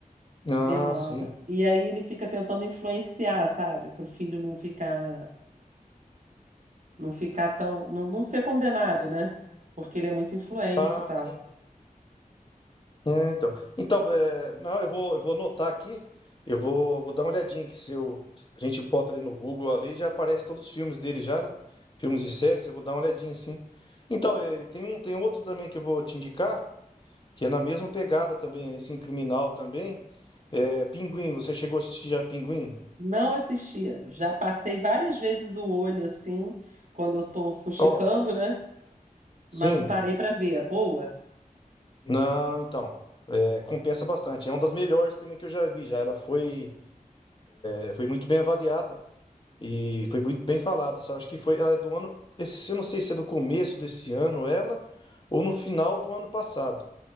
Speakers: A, on the left; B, on the right.
A: Ah,
B: Meio nova.
A: sim.
B: E aí ele fica tentando influenciar, sabe? Pro filho não ficar, não ficar tão, não, não ser condenado, né? Porque ele é muito influente
A: Ah,
B: e tal.
A: sim. É, então. Então, é, não, eu vou, eu vou anotar aqui. Eu vou, vou dar uma olhadinha que se eu, a gente bota ali no Google ali, já aparece todos os filmes dele já, né? Filmes e séries, eu vou dar uma olhadinha, sim. Então, é, tem um, tem outro também que eu vou te indicar, que é na mesma pegada também, nesse criminal também. É, Pinguim, você chegou a assistir já Pinguim?
B: Não assistia. Já passei várias vezes o olho assim, quando eu tô fuxicando,
A: Ó,
B: né?
A: sim.
B: Mas não parei pra ver. É boa?
A: Não, então. É, compensa bastante. É uma das melhores também que eu já vi já. Ela foi. É, foi muito bem avaliada e foi muito bem falada. Só acho que foi, ela é do ano, esse- eu não sei se é do começo desse ano ela ou no final do ano passado.